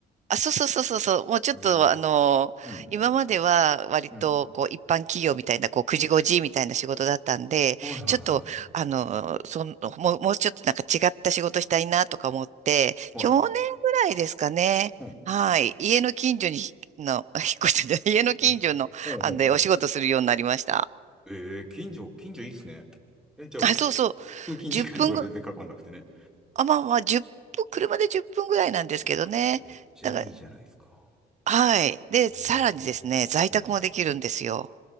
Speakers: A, on the right; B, in the centre.
A: あ、そうそうそうそうそう。もうちょっと、
B: うー、
A: あの、
B: うん。
A: 今までは割と、
B: うん。
A: こう、一般企業みたいな、こう、9時5時みたいな仕事だったんで、
B: はいはいは
A: ちょっと、あの、その、もう、もうちょっとなんか違った仕事したいなとか思って、
B: いはい。
A: 去年ぐらいですかね。
B: はい。うん。
A: はい。家の近所に、の、<laughs> 引っ越したじゃない、家の近所の、
B: うん。うん。
A: あの、
B: うん。
A: でお仕事するようになりました。
B: えー、近所、近所いいっすね。え、じゃあ、
A: あ、そうそう。
B: 通勤時間とか全然かかんなくてね。
A: 10分ぐあ、まあまあ、1分、車で10分ぐらいなんですけどね。
B: いや、めっちゃいいじゃないですか。
A: だから、はい。で、さらにですね、
B: へー、
A: 在宅もできるんですよ。
B: うん。